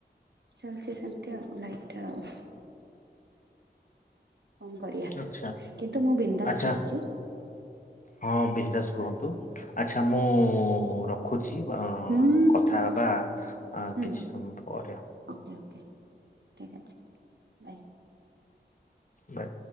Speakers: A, on the right; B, on the left.
A: ଚାଲିଛି ସେମିତି ଆଉ ଲାଇଫ୍ ଟା ଆଉ। କଣ କରିବା
B: ଆଚ୍ଛା
A: କିନ୍ତୁ ମୁଁ ବିନ୍ଦାସ
B: ଆଚ୍ଛା
A: ରହୁଛି।
B: ହଁ ବିଜନେସ୍ ରୁହନ୍ତୁ ଆଚ୍ଛା ମୁଁ ରଖୁଛି।
A: ହୁଁ
B: କଥା
A: ଠିକ
B: ହବା
A: ଅଛି
B: କିଛି
A: ହୁଁ
B: ସମୟ ପରେ ହ
A: ଓକେ ଓକେ ଠିକ୍ ଅଛି ବାଇ।
B: ବାଏ।